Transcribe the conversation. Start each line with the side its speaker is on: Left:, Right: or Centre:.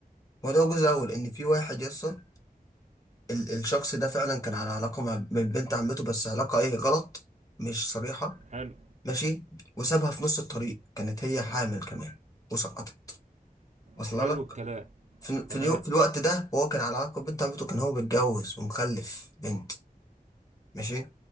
Left: موضوع الجزء الأول إن في واحد يصل ال- الشخص ده فعلا كان على علاقة مع من بنت عمته بس علاقة ايه غلط مش صريحة
Right: حلو
Left: ماشي وسابها في نص الطريق كانت هي حامل كمان وسقطت وصل
Right: حلو
Left: لك
Right: الكلام
Left: في, في,
Right: تمام
Left: اليو... في الوقت ده وهو كان على علاقة ببنت عمته كان هو متجوز ومخلف بنت ماشي